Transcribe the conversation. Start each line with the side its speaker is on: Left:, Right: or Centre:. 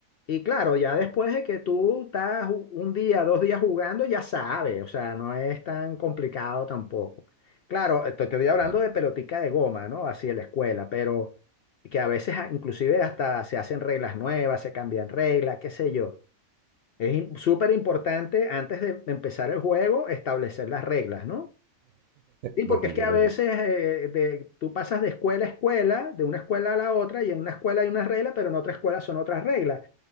Left: Y claro, ya después de que tú estás u- un día, dos días jugando, ya sabes, o sea, no es tan complicado tampoco. Claro, esto- te estoy hablando
Right: Claro,
Left: de pelotica de goma, ¿no? Así en la escuela, pero que a veces ah, inclusive hasta se hacen reglas nuevas, se cambian reglas, qué sé yo. Es im- súper importante antes de empezar el juego establecer las reglas, ¿no? Sí,
Right: lógico,
Left: porque es que a
Right: lógico.
Left: veces eh, de- tú pasas de escuela a escuela, de una escuela a la otra, y en una escuela hay unas reglas, pero en otra escuela son otras reglas.